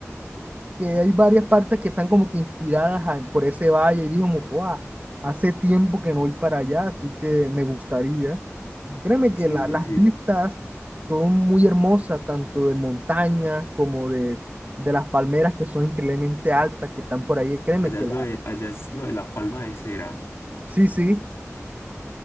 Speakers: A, on the right; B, on the left.
A: que hay varias partes que están como que inspiradas a- por ese valle y digo como, que, "Guau, hace tiempo que no voy para allá, así que me gustaría. Créeme
B: sí,
A: que la- las
B: sí, sí.
A: vistas son muy hermosas, tanto de montañas como de, de las palmeras que son increíblemente altas que están por ahí. Créeme
B: Allá
A: que
B: es
A: la...
B: lo de, allá es lo de la palma de cera.
A: Sí, sí,